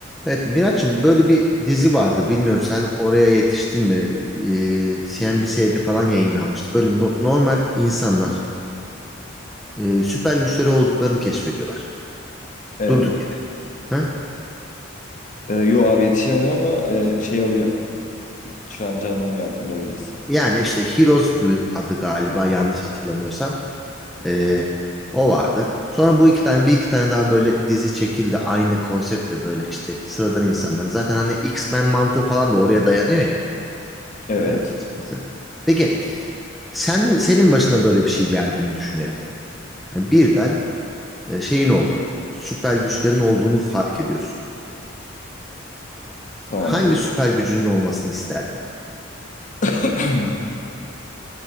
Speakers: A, in the centre; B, on the left.
A: Evet Miraç'ım böyle bir dizi vardı. Bilmiyorum sen oraya yetiştin mi? Ee, CNBC'de falan yayınlanmıştı. Böyle no- normal insanlar e, süper güçleri olduklarını keşfediyorlar.
B: Evet.
A: Durduk yere. Ha?
B: Ee, yo abi yetişemedim ama e, şey oluyor. Şu an canlanıyor aklımda biraz.
A: Yani işte Heroes adı galiba yanlış hatırlamıyorsam. Ee, o vardı. Sonra bu iki tane bir iki tane daha böyle dizi çekildi. Aynı konseptle böyle işte sıradan insanların. Zaten hani X-Men mantığı falan da oraya dayanıyor ya.
B: Evet.
A: Ee, açıkçası. Peki sen, senin başına böyle bir şey geldiğini düşünelim. Hani birden e, şeyin oldu. Süper güçlerin olduğunu fark ediyorsun.
B: Tamamdır.
A: Hangi süper gücünün olmasını isterdin?
B: <clears throat>